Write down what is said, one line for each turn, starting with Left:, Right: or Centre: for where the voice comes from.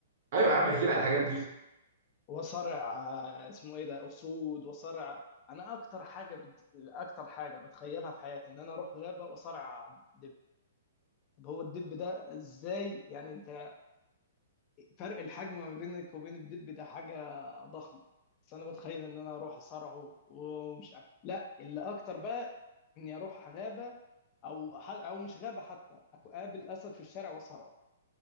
Right: ايوه
Left: و-
Right: يا عم احكي لي على الحاجات دي
Left: وصرع آه، اسمه ايه ده اسود وصرع انا اكتر حاجه بد... اكتر حاجه بتخيلها في حياتي ان انا اروح غابه واصرع دب طب هو الدب ده ازاي يعني انت فرق الحجم ما بينك وبين الدب ده حاجة ضخمة بس انا بتخيل ان انا اروح اصارعه ومش عارف لا اللي اكتر بقى اني اروح غابة او ح- او مش غابة حتى أك- اقابل اسد في الشارع واصارعه